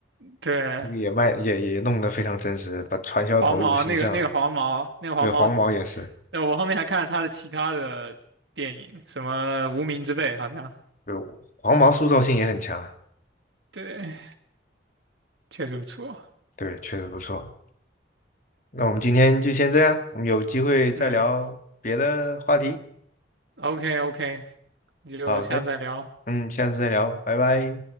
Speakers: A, on the right (about 80°); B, on the left (about 45°).
A: 对，
B: 那个也卖也也弄得非常真实，把传销头子的形象，
A: 黄毛那个那个黄毛那个黄毛，
B: 对黄毛也是，
A: 呃，我后面还看了他的其他的电影，什么《无名之辈》好像，
B: 对黄毛塑造性也很强啊，
A: 对，确实不错，
B: 对，确实不错。那我们今天就先这样，我们有机会再聊别的话题。
A: 嗯，OK OK，那就下次再聊。
B: 好的，嗯，下次再聊，拜拜。